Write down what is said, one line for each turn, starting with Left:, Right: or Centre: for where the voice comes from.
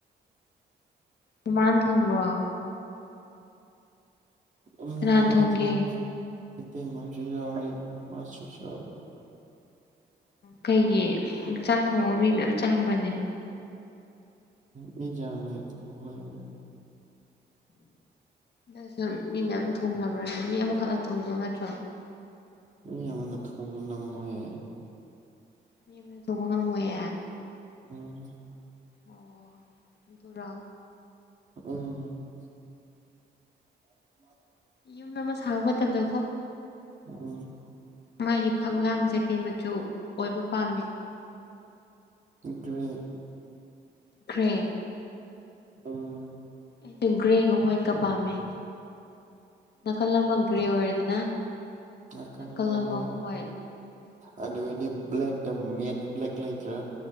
Left: ꯃꯃꯥꯅ ꯊꯣꯡꯕ꯭ꯔꯣ
Right: ꯎꯝ
Left: ꯀꯅꯥꯅ
Right: ꯃꯃꯥꯅ
Left: ꯊꯣꯡꯒꯦ
Right: ꯊꯣꯡꯉꯦ ꯏꯇꯩꯃꯁꯨ ꯌꯥꯎꯋꯦ ꯃꯃꯥꯁꯨ ꯌꯥꯎꯋꯦ
Left: ꯀꯩꯒꯤ ꯆꯥꯛ ꯊꯣꯡꯕꯕꯨ ꯃꯤ ꯃꯌꯥꯝ ꯆꯪꯕ꯭ꯔꯅꯦ
Right: ꯃꯤ ꯌꯝꯃꯦ ꯑꯩꯈꯣꯏ
Left: ꯑꯗꯣ ꯁꯨꯨꯝ ꯃꯤ ꯃꯌꯥꯝꯅ ꯊꯣꯡꯅꯕ꯭ꯔꯅꯦ ꯃꯤ ꯑꯃꯈꯛꯅ ꯊꯣꯡꯕ ꯅꯠꯇ꯭ꯔꯣ
Right: ꯃꯤ ꯑꯃꯅ ꯊꯣꯡꯕ ꯅꯝꯃꯣꯏꯌꯦ
Left: ꯃꯤ ꯑꯃꯅ ꯊꯣꯡꯕ ꯉꯝꯃꯣꯌꯦ
Right: ꯎꯝ
Left: ꯑꯣ ꯑꯗꯨꯔꯣ
Right: ꯎꯝ <inaudible>
Left: ꯌꯨꯝ ꯑꯃ ꯁꯥꯕ ꯃꯇꯝꯗꯀꯣ
Right: ꯎꯝ
Left: ꯃꯥꯒꯤ ꯐꯛꯂꯥꯡ ꯖꯦ ꯀꯩ ꯃꯆꯨ ꯑꯣꯏꯕ ꯄꯥꯝꯃꯤ
Right: ꯗꯨꯋꯦ
Left: ꯀ꯭ꯔꯦ
Right: ꯎꯝ
Left: ꯑꯗꯤ ꯒ꯭ꯔꯦꯒ ꯍꯥꯏꯠꯀ ꯄꯥꯝꯃꯦ ꯅꯥꯀꯜ ꯑꯃ ꯒ꯭ꯔꯦ ꯑꯣꯏꯔꯦꯗꯅ
Right: ꯅꯀꯟ
Left: ꯅꯥꯀꯜ
Right: ꯑꯃ ꯋꯥꯏꯠ
Left: ꯍ꯭ꯋꯥꯏꯠ ꯎꯝ
Right: ꯑꯗꯨ ꯑꯣꯏꯗꯤ ꯕ꯭ꯂꯦꯛ ꯇ ꯃꯦꯠ ꯕ꯭ꯂꯦꯛ ꯂꯩꯇ꯭ꯔ